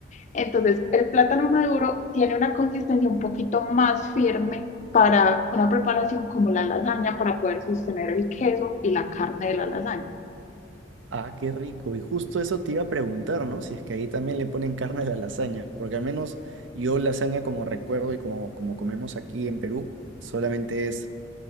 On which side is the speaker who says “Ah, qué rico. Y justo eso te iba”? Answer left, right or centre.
Right